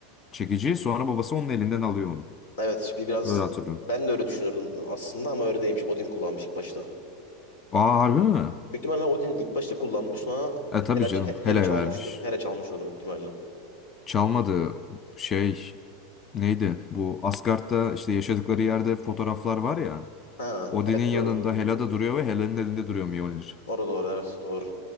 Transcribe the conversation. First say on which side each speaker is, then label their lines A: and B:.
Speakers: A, on the left (about 30°); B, on the left (about 75°).
A: çekici, sonra babası onun elinden alıyor onu.
B: Evet, şimdi biraz
A: Öyle hatırlıyorum.
B: ben de öyle düşünürdüm aslında ama öyle değilmiş. Odin kullanmış ilk başta.
A: Aa harbi mi?
B: Büyük ihtimalle Odin ilk başta kullanmış sonra
A: E tabii
B: Hela,
A: canım
B: He- Hela
A: Hela'ya
B: çalmıştır.
A: vermiş.
B: Hela çalmış onu büyük ihtimalle.
A: Çalmadı şey neydi? Bu Asgard'da işte yaşadıkları yerde fotoğraflar var ya.
B: Ha,
A: Odin'in
B: evet
A: yanında
B: doğru.
A: Hela da duruyor ve Hela'nın elinde duruyor Mjolnir.
B: Doğru doğru evet doğru.